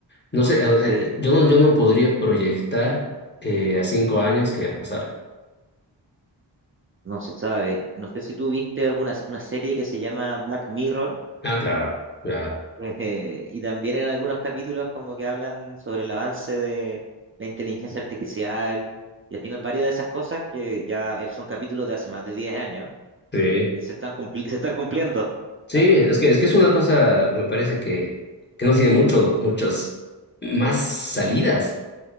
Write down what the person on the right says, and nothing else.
Sí,
no se sabe. No sé si tú viste alguna una serie que se llama Black Mirror,
eh, y también en algunos capítulos como que hablan sobre el avance de la inteligencia artificial, y al final varias de esas cosas que ya eh, son capítulos de hace más de 10 años,
que se están cumpli- se están cumpliendo.
<laughs>